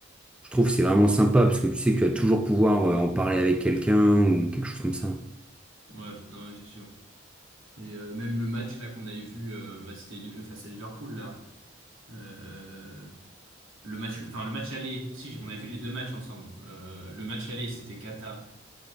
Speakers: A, in the centre; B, on the right.
A: je trouve que c'est vraiment sympa parce que tu sais que tu vas toujours pouvoir euh, en parler avec quelqu'un ou quelque chose comme ça.
B: Ouais, non, mais c'est sûr. Et euh, même le match là qu'on avait vu, euh, bah, c'était Li- euh, face à Liverpool, là. Euh, le match, enfin, le match aller, si, on a vu les deux matchs ensemble. Euh, le match aller, c'était Kata.